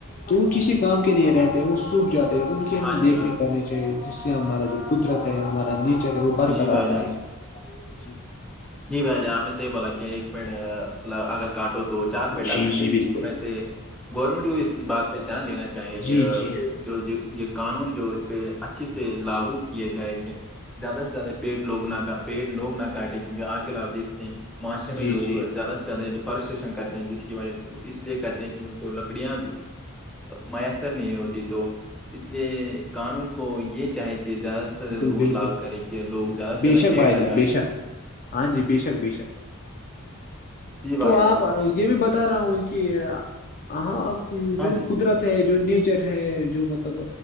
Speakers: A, on the left (about 40°); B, in the centre.
A: تو وہ کسی کام کے نہیں رہتے ہیں وہ سوکھ جاتے ہیں تو ان کی ہمیں
B: ہاں
A: دیکھ
B: جی
A: ریکھ کرنے جس سے ہمارا جو قدرت ہے ہمارا نیچر ہے
B: بھائی
A: وہ برقرار
B: جی بھائی
A: رہ
B: جان
A: ہے جی
B: جی بھائی جا آپ نے سےیح بولا کیا ایک پڑ اگر کاٹو تو چار پیڑ لگانا
A: جی
B: چاہیے
A: جی بالکل
B: میںس گورنمنٹ کی اسی بات پہ دھیان دینا چاہیے
A: جی
B: کہ
A: جی
B: جو یہ قانون جو اس پہ اچھے سے لاگو کیے جائے کہ زیادہ سے زیادہ پیٹ لگ نہ پیٹ لوگ نہ کاٹے کیونکہ آج کل آپ دیک ستے ہیں معاشرے میں
A: جی
B: لوگ
A: جی
B: زیادہ سے زیادہ فارسٹیشن کرتے ہیں جس کی وجہ سے اس لیے کرتے ہیں کہ ان کو لکڑیاں میسر نہیں ہوتی تو اس لیے قانون کو یہ چاہیں کہ
A: جی
B: زیادہ
A: بالکل
B: سے زیادہ رول
A: بالکل
B: لاو کریں کہ لوگ زیادہ سے
A: بے
B: زیادہ
A: شک
B: پیڑ
A: بھائی
B: نہ
A: جان
B: کاٹیں
A: بے شک ہاں جی بے شک بے شک
B: جی بھائی
A: تو آپ
B: جان
A: یہ بھی بتا رہا ہوں ان کی ہاں
B: ہاں
A: جو
B: جی
A: قدرت جو نیچر ہے جو مطلب